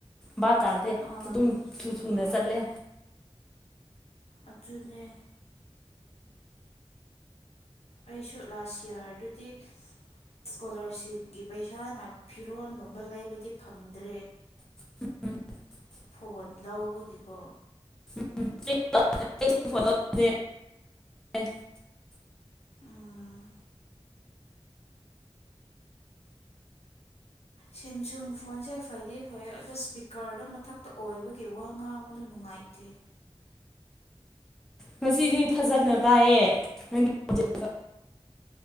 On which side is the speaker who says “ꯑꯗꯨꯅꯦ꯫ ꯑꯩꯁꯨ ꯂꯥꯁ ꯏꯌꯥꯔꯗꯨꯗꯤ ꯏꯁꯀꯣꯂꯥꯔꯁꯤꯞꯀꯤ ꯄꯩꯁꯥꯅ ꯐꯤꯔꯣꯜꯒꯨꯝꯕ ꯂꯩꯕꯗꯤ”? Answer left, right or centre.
Left